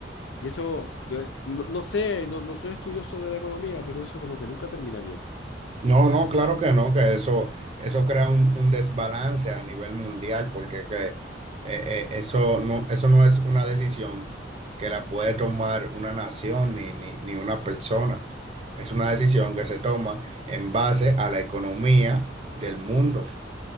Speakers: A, on the left; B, on the right.
A: y eso, eh, no, no sé, no, no soy estudioso de la economía, pero eso como que nunca termina bien.
B: No, no, claro que no, que eso, eso crea un, un desbalance a nivel mundial, porque que, eh, eh, eso no, eso no es una decisión que la puede tomar una nación ni, ni, ni una persona. Es una decisión que se toma en base a la economía del mundo.